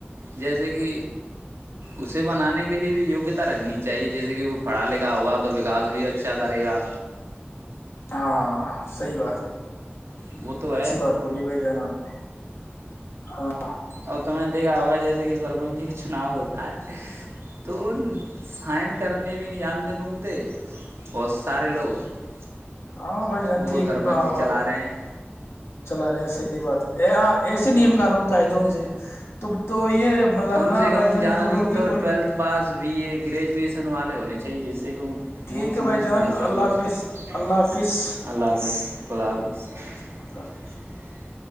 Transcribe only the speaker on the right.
جیسے کہ اسے بنانے کے لیئے بھی یگیہتا رکھنی چاہیے جیسے کہ وہ پڑھا لکھا ہوگا تو وکاس بھی اچھا کرے گا
وہ تو
ہے
اور تو میں نے دیکھا ہوگا جیسے کہ سرپنچ جی کا چناؤ ہوتا ہے تو سائن کرنے بھی نہیں جانتے مکتے بہت سارے لوگ <unintelligible>
وہ
سرپنچ
ہی چلا رہے
ہیں
تو
کم سے
کم
جیں
تو
ٹویلتھ پاس وی اے گریجویشن والے ہونے <unintelligible> چاہیے جسے <inaudible>
وہ
سمجھتے
ہیں سب
کچھ
اللہ حافظ خدا حافظ <unintelligible>